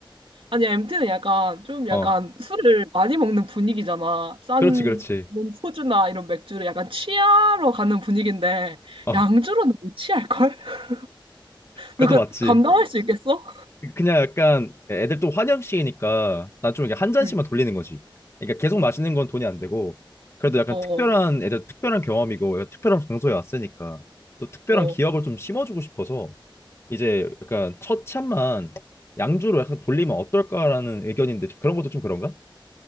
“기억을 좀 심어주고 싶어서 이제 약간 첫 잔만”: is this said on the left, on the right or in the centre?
Left